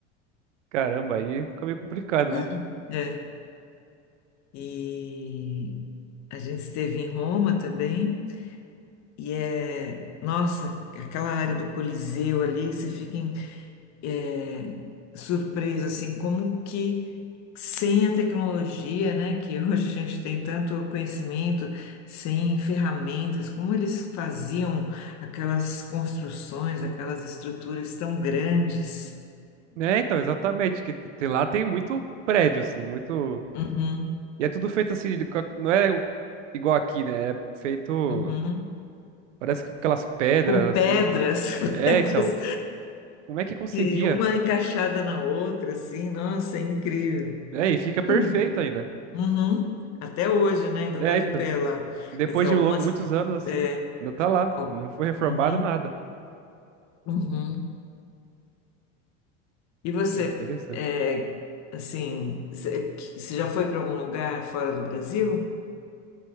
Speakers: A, on the right; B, on the left.
A: Caramba, aí fica meio complicado,
B: Hum,
A: né?
B: hum. É. E a gente esteve em Roma também, e é, nossa, aquela área do Coliseu ali, você fica é, surpresa, assim, como que sem a tecnologia, né, que <laughs> hoje a gente tem tanto conhecimento, sem ferramentas, como eles faziam aquelas construções, aquelas estruturas tão grandes,
A: É, então, exatamente, que t- lá tem muito prédio, assim, muito
B: Uhum,
A: E é tudo feito assim, de co- não é o- igual aqui, né? É feito,
B: uhum.
A: parece que com aquelas pedras
B: Com pedras,
A: assim.
B: <laughs>
A: É,
B: pedras,
A: então, como é que conseguia?
B: que uma encaixada na outra, assim, nossa, é incrível.
A: É, e fica perfeito
B: Hum.
A: ainda.
B: Uhum. Até hoje, né, ainda
A: É,
B: está de
A: então,
B: pé lá.
A: depois
B: Quer dizer, algumas.
A: de lo- muitos anos assim,
B: é,
A: ainda tá lá,
B: Ó,
A: não foi reformado
B: Uhum,
A: nada.
B: uhum. E você,
A: É interessante.
B: é, assim, você você já foi para algum lugar fora do Brasil?